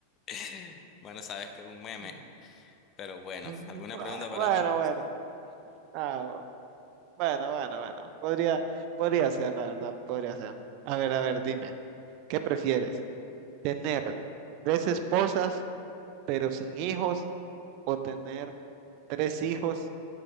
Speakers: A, on the left (about 30°); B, on the right (about 45°).
A: <laughs> Bueno, sabes que es un meme,
B: <laughs>
A: pero bueno,
B: Bueno,
A: ¿alguna pregunta para
B: bueno,
A: mí?
B: bueno, Ah, bueno, bueno, bueno. Podría, podría ser, la verdad, podría ser. A ver, a ver, dime, ¿qué prefieres? ¿Tener tres esposas pero sin hijos o tener tres hijos?